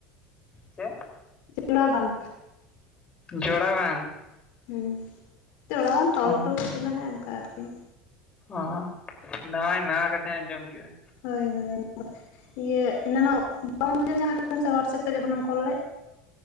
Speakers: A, on the left (about 30°); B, on the left (about 60°).
A: ᱪᱮᱫ?
B: ᱡᱚᱲᱟ ᱵᱟᱝ᱾
A: ᱡᱚᱲᱟ ᱵᱟᱝ?
B: ᱦᱩᱸ ᱡᱚᱲᱟ ᱵᱟᱱ, ᱛᱚᱞ
A: ᱚ
B: ᱦᱚᱴᱚ ᱠᱟᱠᱤᱱᱟᱞᱮ ᱚᱱᱠᱟ ᱟᱹᱨᱠᱤ᱾
A: ᱚ ᱱᱟᱣᱟᱭ ᱱᱟᱣᱟ ᱠᱟᱛᱷᱟᱧ ᱟᱸᱡᱚᱢ ᱠᱮᱫᱟ᱾
B: ᱦᱳᱭ ᱦᱳᱭ <inaudible> ᱤᱭᱟᱹ ᱮᱱᱟᱱᱚᱜ ᱵᱟᱢ ᱟᱸᱡᱚᱢ ᱧᱟᱢᱮᱫ ᱛᱟᱦᱮᱱᱟ ᱥᱮ ᱦᱚᱣᱟᱴᱥᱮᱯ ᱛᱮ ᱡᱚᱠᱷᱚᱱᱮᱢ ᱠᱚᱞ ᱞᱮᱫ?